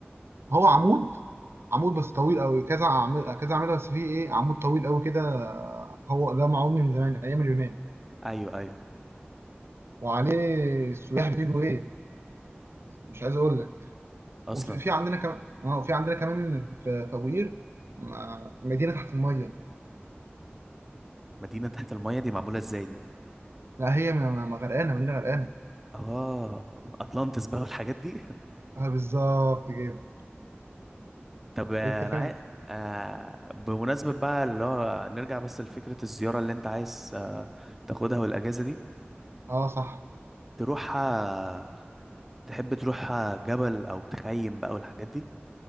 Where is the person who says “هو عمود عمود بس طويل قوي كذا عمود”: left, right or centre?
Right